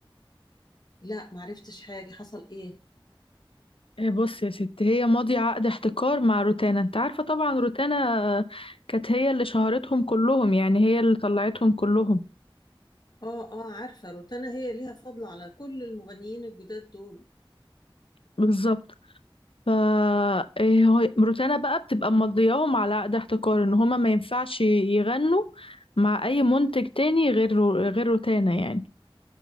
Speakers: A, on the left (about 50°); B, on the left (about 75°).
A: لا معرفتش حاجة حصل ايه
B: آه، بص يا ست هي ماضية عقد احتكار مع روتانا انت عارفة طبعا روتانا آه، كانت هي اللي شهرتهم كلهم يعني هي اللي طلعتهم كلهم
A: اه اه عارفة روتانا هي ليها فضل على كل المغنيين الجداد دول
B: بالظبط ف آه، هو- روتانا بقى بتبقى مضياهم على عقد احتكار ان هما ما ينفعش يغنوا مع اي منتج تاني غير رو- غير روتانا يعني